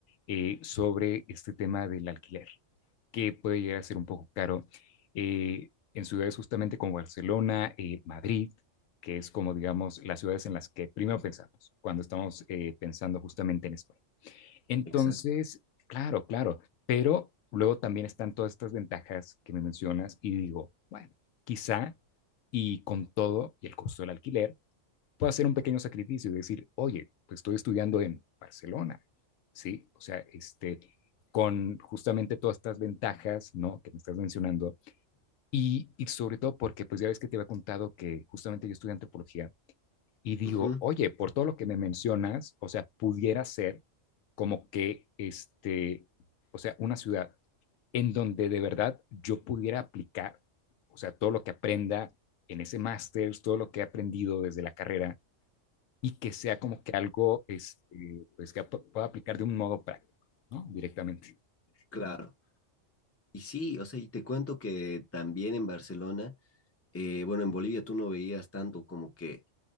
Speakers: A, on the left; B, on the left.
A: eh, sobre este tema del alquiler, que puede llegar a ser un poco caro eh, en ciudades justamente como Barcelona, eh, Madrid, que es como digamos las ciudades en las que primero pensamos cuando estamos eh, pensando justamente en España. Entonces,
B: Exacto.
A: claro, claro, pero luego también están todas estas ventajas que me mencionas y digo, bueno, quizá y con todo y el costo del alquiler puedo hacer un pequeño sacrificio y decir, oye, pues estoy estudiando en Barcelona, ¿sí? O sea, este, con justamente todas estas ventajas, ¿no? Que me estás mencionando. Y, y, sobre todo porque, pues ya ves que te había contado que justamente yo estudié antropología y digo,
B: Ujú.
A: oye, por todo lo que me mencionas, o sea, pudiera ser como que, este, o sea, una ciudad en donde de verdad yo pudiera aplicar, o sea, todo lo que aprenda en ese máster, todo lo que he aprendido desde la carrera, y que sea como que algo este, pues que ap- pueda aplicar de un modo práctico, ¿no? Directamente.
B: Claro. Y sí, o sea, y te cuento que también en Barcelona eh, bueno, en Bolivia tú no veías tanto como que